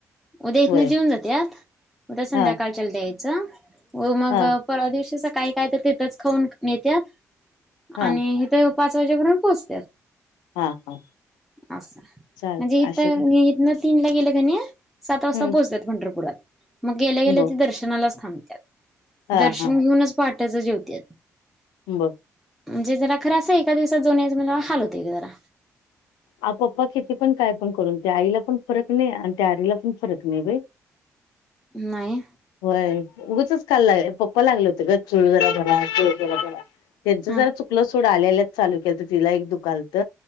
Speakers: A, in the centre; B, on the left.
A: उद्या इथनं
B: होय
A: जेऊन जात्यात, उद्या
B: हा
A: संध्याकाळच्याला द्यायचं व मग
B: हा
A: परवा दिवशी सकाळी काय तर तिथंच खाऊन नेत्या,
B: हा
A: आणि हित ते पाच वाजेपर्यंत पोहोचत्यात.
B: हा, हा.
A: असं,
B: चालत
A: म्हणजे हितं
B: अशोक
A: मी इथनं तीनला गेलं कनी सात वाजता
B: हम्म
A: पोहोचत्यात पंढरपुरात. मग गेल्या, गेल्या
B: ब
A: ते दर्शनालाच थांबत्यात.
B: हा
A: दर्शन
B: हा
A: घेऊनच पाहाटचं जेवत्यात.
B: बघ
A: म्हणजे जरा खरं असं एका दिवसात जाऊन यायचं म्हणल्यावर हाल होतंय गं जरा.
B: आ पप्पा किती पण काय पण करून, त्या आईला पण फरक नाही आणि त्या आरीला पण फरक नाही बाई.
A: नाही?
B: होय, उगचच काल, ला पप्पा लागले होते गं, चूळ जरा भरा, चूळ जरा भरा. त्यांचं
A: हा
B: जरा चुकलं सोड, आल्या आल्याच चालू केलंत तिला एक दुखालत